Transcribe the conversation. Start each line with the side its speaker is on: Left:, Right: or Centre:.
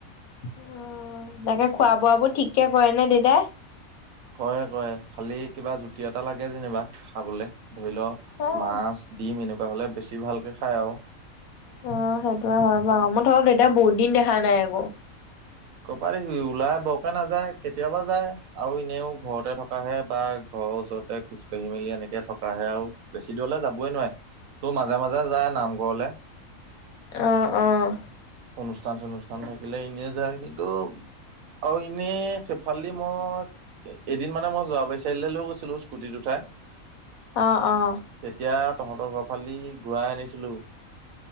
Left: উম তাকে খোৱা বোৱ বোৰ ঠিক কে কৰে নে দেউতাই?
Right: কৰে কৰে খালী কিবা জুতি এটা লাগে যেনিবা খাবলে। ধৰি ল
Left: অ'
Right: মাছ ডিম এনেকুৱা হলে বেছি ভালকে খাই আৰু।
Left: অঁ সেইটো হয় বাৰু, মই তহঁতৰ দেউতাক বহুত দিন দেখা নাই আক'।
Right: কৰ পৰা দেখিবি ওলাই বৰকে নাযায় কেতিয়াবা যায় আৰু এনেও ঘৰতে থকাহে বা ঘৰৰ ওচৰতে খোজ কাঢ়ি মেলি এনেকে থকাহে আৰু বেছি দূৰলৈ যাবই নোৱাৰে। তৌ মাজে মাজে যায় নামঘৰলে।
Left: অঁ অঁ।
Right: অনুষ্ঠান চনুষ্ঠান থাকিলে এনে যায় কিন্তু আৰু এনেই সেইফাল দি মই এ এদিন মানে মই যোৰাবাৰী চাৰীয়ালি লৈ গৈছিলো স্কুটিত উঠাই
Left: অঁ অঁ।
Right: তেতিয়া তহঁতৰ ঘৰ ফালে দি ঘূৰাই আনিছিলো।